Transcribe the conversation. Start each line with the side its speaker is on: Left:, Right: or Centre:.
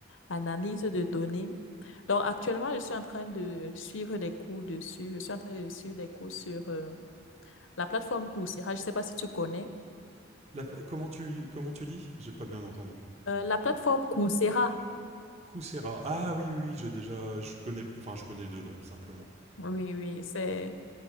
Left: l'analyse de données. Donc, actuellement, je suis en train de suivre des cours dessus. Je suis en train de suivre des cours sur euh, la plateforme Coursera. Je ne sais pas si tu connais.
Right: La- comment tu comment tu dis J'ai pas bien entendu.
Left: Euh, la plateforme Coursera.
Right: Coursera. Ah oui, oui, oui, j'ai déjà. Je connais. Enfin, je connais deux noms simplement.
Left: Oui, oui, c'est